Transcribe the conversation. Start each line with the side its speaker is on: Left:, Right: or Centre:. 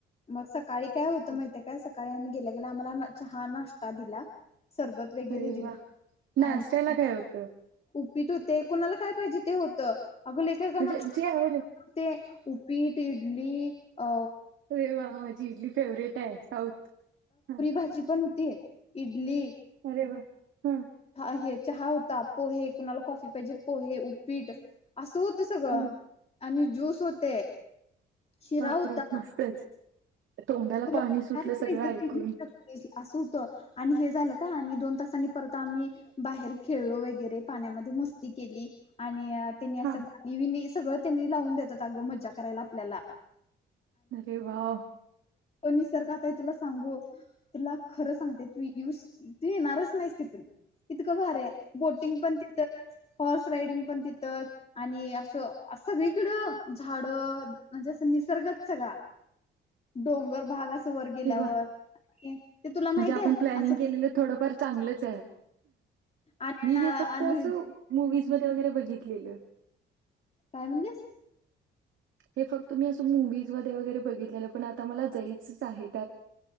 Left: मग सकाळी काय होतं
Right: अरे
Left: माहितीय काय सका सकाळी आम्ही गेल्या गेला आम्हाला चहा नाश्ता दिला सरबत वगैरे
Right: अरे
Left: दिले
Right: वाह! नाश्त्याला
Left: आणि मग
Right: काय होतं?
Left: उपीट होते कुणाला काय पाहिजे ते होतं अगोले काका
Right: म्हणजे
Left: नाता
Right: जे अवेलेबल
Left: ते उपीट इडली अ
Right: अरे वा माझी इडली फेवरेट आहे साऊथ हा
Left: भजी पण होते. इडली.
Right: अरे वा ह.
Left: हा हे चहा होता पोहे कुणाला कॉफी पाहिजे पोहे, उपीट असं होत सगळं
Right: हं.
Left: आणि ज्यूस होते शिरा
Right: बापरे
Left: होता
Right: मस्तच. तोंडाला
Left: तुला
Right: पाणी सुटलं
Left: काय पाहिजे
Right: सगळं ऐकून.
Left: ते घेऊ शकते असं होत. आणि हे झालं का आणि दोन तासांनी परत आम्ही बाहेर खेळो वगैरे पाण्यामध्ये मस्ती केली आणि त्यांनी असं
Right: हा
Left: गाणी विणी सगळं त्यांनी लावून देतात अगं मजा करायला आपल्याला.
Right: अरे वा.
Left: पण निसरगता आहे तुला सांगू तुला खरं सांगते तू ये तू येणारच नाहीस तिथून इतकं भारी आहे. बोटिंग पण तिथच हॉर्स रायडिंग पण तिथं आणि असं सगळीकडं झाड म्हणजे असं निसर्गच सगळा. डोंगर भाग असं वर गेल्यावर
Right: अरे वाह!
Left: ते तुला
Right: म्हणजे
Left: माहीती
Right: आपण
Left: आहे
Right: प्लॅनिंग
Left: असं
Right: केलेलं थोडंफार चांगलंच आहे.
Left: आणि
Right: मी
Left: आणि
Right: हे फक्त असं मुवीज मधे वगैरे बघितलेलं.
Left: काय म्हणतेस?
Right: हे फक्त मी असं मूवीज मध्ये वगैरे बघितलेलं पण आता मला जायचंच आहेत.